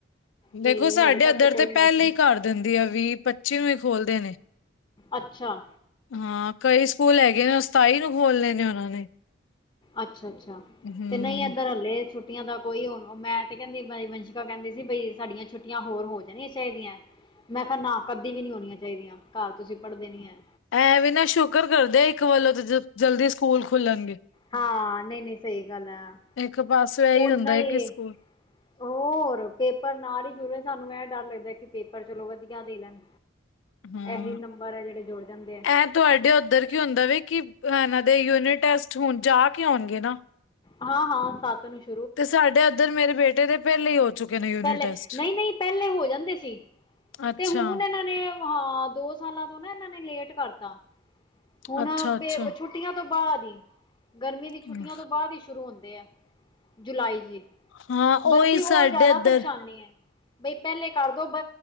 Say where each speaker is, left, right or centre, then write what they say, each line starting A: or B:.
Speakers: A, on the left; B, on the left.
A: ਤੇ
B: ਦੇਖੋ ਸਾਡੇ
A: ਹਲੇੇ ਤੱਕ
B: ਐਦਰ
A: ਕੋਈ
B: ਤੇ ਪਹਿਲੇ
A: ਮੈਸੇਜ
B: ਹੀ ਕਰ ਦਿੰਦੀ ਆ। ਵੀਹ-ਪੱਚੀ ਨੂੰ ਹੀ ਖੋਲਦੇ ਨੇ।
A: ਅੱਛਾ।
B: ਹਾਂ, ਕਈ ਸਕੂਲ ਹੈਗੇ ਨੇ, ਉਹ ਸਤਾਈ ਨੂੰ ਖੋਲਣੇ ਨੇ ਉਹਨਾਂ ਨੇ।
A: ਅੱਛਾ- ਅੱਛਾ,
B: ਹੂੰ
A: ਤੇ ਨਹੀਂ ਇੱਧਰ ਹਲੇ ਛੁੱਟ ਛੁੱਟੀਆਂ ਦਾ ਕੋਈ ਹੁਣ, ਮੈਂ ਤੇ ਕਹਿੰਦੀ ਬਈ, ਵੰਸ਼ਿਕਾ ਕਹਿੰਦੀ ਸੀ ਬਈ ਸਾਡੀਆਂ ਛੁੱਟੀਆਂ ਹੋਰ ਹੋ ਜਾਣੀਆਂ ਚਾਹੀਦੀਆਂ। ਮੈਂ ਕਿਹਾ ਨਾ ਕੱਦੀ ਵੀ ਨਹੀਂ ਹੋਣੀਆਂ ਚਾਹੀਦੀਆਂ। ਘਰ ਤੁਸੀਂ ਪੜ੍ਹਦੇ ਨੀ ਹੈ।
B: ਐਂ ਵੀ ਨਾ ਸ਼ੁਕਰ ਕਰਦੇ ਆ ਇੱਕ ਵੱਲੋਂ ਤੇ, ਜ ਜਲਦੀ ਸਕੂਲ ਖੁੱਲਣਗੇ।
A: ਹਾਂ, ਨਹੀਂ-ਨਹੀਂ ਸਹੀ ਗੱਲ ਹੈ।
B: ਇੱਕ ਬੱਸ ਏਹੀ
A: ਓਨਾ
B: ਹੁੰਦਾ ਹੈ
A: ਹੀ
B: ਕਿ ਸਕੂਲ
A: ਹੋਰ, ਪੇਪਰ ਨਾਲ ਹੀ ਸ਼ੁਰੂ। ਸਾਨੂੰ ਇਹ ਡਰ ਲੱਗਦਾ ਕਿ ਪੇਪਰ ਚਲੋ ਵਧੀਆ ਦੇ ਲੈਣ।
B: ਹਮ
A: ਇਹੀ ਨੰਬਰ ਐ ਜਿਹੜੇ ਜੁੜ ਜਾਂਦੇ ਐਂ।
B: ਐ ਤੁਹਾਡੇ ਉੱਧਰ ਕੀ ਹੁੰਦਾ ਵੇ ਕਿ ਇਹਨਾਂ ਦੇ ਯੂਨਿਟ ਟੈਸਟ ਹੁਣ ਜਾ ਕੇ ਹੋਣਗੇ ਨਾ।
A: ਹਾਂ ਹਾਂ ਸਤ ਨੂੰ ਸ਼ੁਰ
B: ਤੇ ਸਾਡੇ ਐਧਰ, ਮੇਰੇ ਬੇਟੇ ਦੇ ਪਹਿਲੇ ਹੀ ਹੋ ਚੁੱਕੇ ਨੇ ਯੂਨਿਟ
A: ਪਹਿਲੇ,
B: ਟੈਸਟ
A: ਨਹੀਂ-ਨਹੀਂ ਪਹਿਲੇ ਹੋ ਜਾਂਦੇ ਸੀ,
B: ਅੱਛਾ
A: ਤੇ ਹੁਣ ਇਹਨਾਂ ਤੇ ਹਾਂ, ਦੋ ਸਾਲਾਂ ਤੋਂ ਨਾ ਇਹਨਾਂ ਨੇ ਲੇਟ ਕਰਤਾ। ਹੁਣ
B: ਅੱਛਾ ਅੱਛਾ
A: ਬੇ ਛੁੱਟ ਛੁੱਟੀਆਂ ਤੋਂ ਬਾਅਦ ਹੀ, ਗਰਮੀ ਦੀ
B: ਹਮ,
A: ਛੁੱਟੀਆਂ ਤੋਂ ਬਾਅਦ ਹੀ ਸ਼ੁਰੂ ਹੁੰਦੇ ਆ। ਜੁਲਾਈ ਜੀ।
B: ਹਾਂ, ਓਹੀ
A: ਬਲਕਿ
B: ਸਾਡੇ
A: ਉਹ ਜ਼ਿਆਦਾ
B: ਇੱਧਰ
A: <unintelligible> ਬਈ ਪੈਲੇ ਕਰਦੋ, ਬ